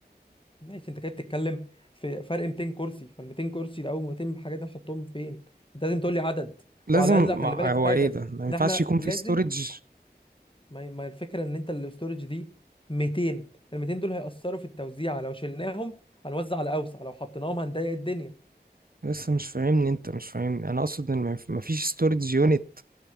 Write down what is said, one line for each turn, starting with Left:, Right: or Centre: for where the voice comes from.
Left: ماشي انت كده بتتكلم في فرق 200 كرسي فال 200 كرسي ده او 200 حاجه دي نحطهم فين انت لازم تقول لي عدد
Right: لازم
Left: وعلى الاقل
Right: ما
Left: خلي بالك
Right: هو
Left: في حاجه
Right: ايه ده ما ينفعش
Left: ان احنا
Right: يكون
Left: لازم
Right: في ستورج
Left: ما هي- ما هي الفكره ان انت الاستورج دي 200 ال 200 دول هيأثروا في التوزيع لو شلناهم هنوزع على اوسع لو حطيناهم هنضيق الدنيا
Right: لسه مش فاهمني انت مش فاهمني انا اقصد ان ما ينف- ما فيش ستورج يونت